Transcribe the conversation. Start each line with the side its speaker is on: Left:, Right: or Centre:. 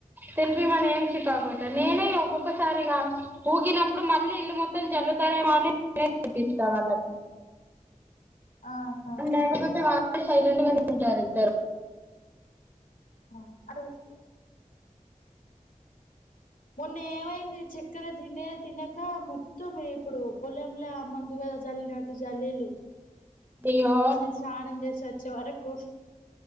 Right: తెలిపి మన ఏం చెప్పాబట్టి నేనే ఒక్కొక్కసారిగా ఊకినప్పుడు మళ్ళీ ఇల్లు మొత్త చల్లుతారేమో అనినిపిస్తా వాళ్ళకి
Left: ఆహా
Right: లేకాపోతే సైలడి ఉంట ది
Left: ఉమ్ అడ కుస్ మొన్న ఏమైంది చిక్ ఇ దినే దినక ము మొత్తమే ఇప్పుడు పొలంలో మందుగా జల్లినట్టు జల్లీలు
Right: అయ్యో
Left: నేను స్నానం చేసి వచ్చే వరకు